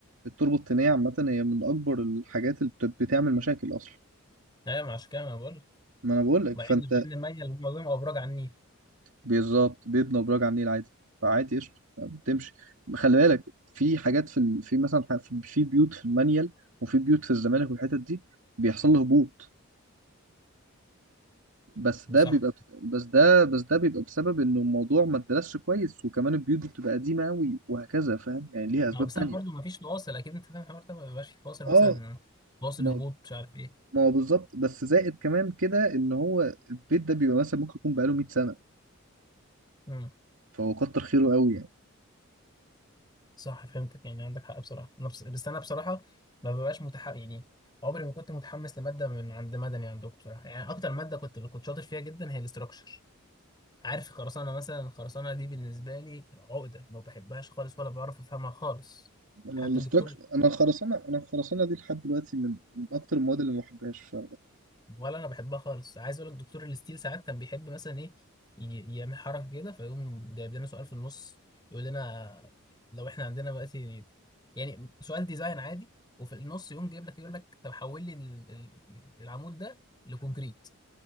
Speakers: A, on the right; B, on the left.
A: التربة الطينية عامة هي من أكبر الحاجات اللي بت- بتعمل مشاكل أصلا
B: أيوة ما عشان كده أنا بقول
A: ما أنا بقول لك
B: مع
A: فأنت
B: ان بين ميه الموضوع بيبقى ابراج على النيل
A: بالظبط بيبنى أبراج على النيل عادي فعادي قشطة بتمشي خلي بالك في حاجات في ال... في مثلا ح- في في بيوت في المانيال وفي بيوت في الزمالك والحتت دي بيحصل له هبوط بس ده
B: صح
A: بيبقى بس بس ده بس ده بيبقى بسبب انه الموضوع ما اتدرسش كويس وكمان البيوت بتبقى قديمه قوي وهكذا فاهم يعني ليها اسباب
B: ما هو بس
A: تانية
B: انا برضه ما فيش فواصل اكيد انت فاهم الحوار ده ما بيبقاش في فواصل مثلا
A: اه
B: فواصل
A: ما
B: هبوط مش عارف ايه
A: ما هو بالظبط بس زائد كمان كده ان هو البيت ده بيبقى مثلا ممكن يكون بقاله 100 سنه
B: امم
A: فهو كتر خيره قوي يعني
B: صح فهمتك يعني عندك حق بصراحه انا بس, بس انا بصراحه ما ببقاش متحمس يعني عمري ما كنت متحمس لماده من عند مدني عندكم بصراحه يعني اكتر ماده كنت كنت شاطر فيها جدا هي الاستراكشر عارف خرسانه مثلا الخرسانه دي بالنسبه لي عقده ما بحبهاش خالص ولا بعرف افهمها خالص
A: انا
B: حتى
A: الاستراكشر
B: الدكتور
A: انا الخرسانه انا الخرسانه دي لحد دلوقتي من من اكتر المواد اللي ما بحبهاش ف...
B: ولا انا بحبها خالص عايز اقول لك دكتور الاستيل ساعات كان بيحب مثلا ايه ي- يعمل حركه كده فيقوم جايب لنا سؤال في النص يقول لنا لو احنا عندنا دلوقتي يعني سؤال ديزاين عادي وفي النص يقوم جايب لك يقول لك طب حول لي ال- ال- العمود ده لكونكريت